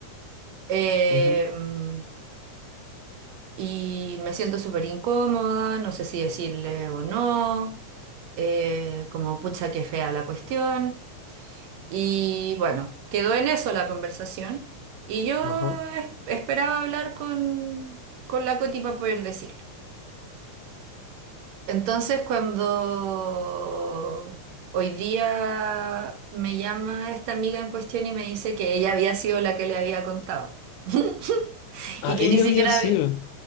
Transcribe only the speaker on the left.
ujú,
Ajá.
Ah,
ella
había sido.